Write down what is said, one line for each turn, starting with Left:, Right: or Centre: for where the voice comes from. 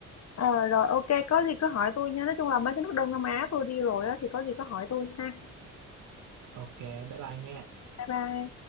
Left: Ờ, rồi ok có gì cứ hỏi tôi nha nói chung là mấy cái nước Đông Nam Á tôi đi rồi á thì có gì cứ hỏi tôi ha
Right: ok bye bye nha
Left: bye bye